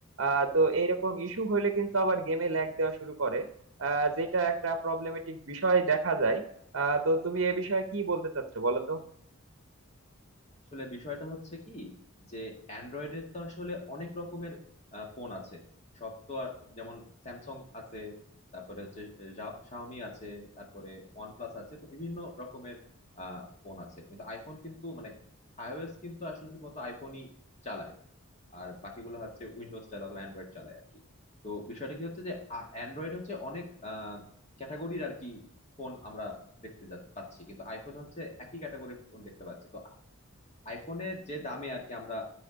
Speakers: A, on the right (about 60°); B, on the left (about 30°).
A: আহ তো এরকম ইস্যু হলে কিন্তু আবার গেমে ল্যাগ দেওয়া শুরু করে আহ যেটা একটা প্রবলেমেটিক বিষয় দেখা যায় আহ তো তুমি এ বিষয়ে কি বলতে চাচ্ছো বলো তো
B: আসলে বিষয়টা হচ্ছে কি যে অ্যান্ড্রয়েডের তো আসলে অনেক রকমের আহ, ফোন আছে সব তো আর যেমন স্যামসাং আছে তারপরে হচ্ছে শাওমি আছে তারপরে ওয়ানপ্লাস আছে তো বিভিন্ন রকমের আহ, ফোন আছে কিন্তু আইফোন কিন্তু মানে আইওএস কিন্তু আসলে শুধুমাত্র আইফোনই চালায় আর বাকিগুলো হচ্ছে উইন্ডোজ চালায় অথবা অ্যান্ড্রয়েড চালায় আর কি তো বিষয়টা কি হচ্ছে যে অ্যান্ড্রয়েড হচ্ছে অনেক ক্যাটাগরির আর কি ফোন আমরা দেখতে যা- পাচ্ছি কিন্তু আইফোন হচ্ছে একই ক্যাটাগরির ফোন দেখতে পাচ্ছি তো আইফোনে যে দামে আর কি আমরা